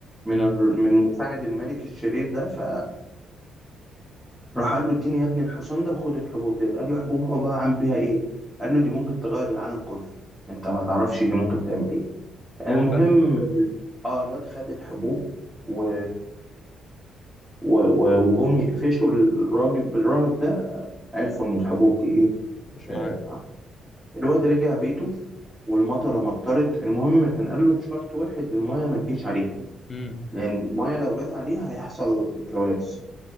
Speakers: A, in the centre; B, on the left.
A: من
B: مم.
A: الر- من مساعد الملك الشرير ده ف راح قال له اديني يا ابني الحصان ده وخد الحبوب ديت قال له حبوب حبها عامل بيها ايه قال له دي ممكن تغير العالم كله انت ما تعرفش دي ممكن تعمل ايه المهم
B: هو خدها
A: اه الواد خد الحبوب و... و... و... وجم يقفشوا الراجل الراهب ده عرفوا ان الحبوب دي ايه
B: مش معاه
A: آه. الواد رجع بيته والمطره مطرت المهم كان قال له بشرط واحد المايه ما تجيش عليها
B: مم.
A: لان المايه لو جت عليها هيحصل كوارث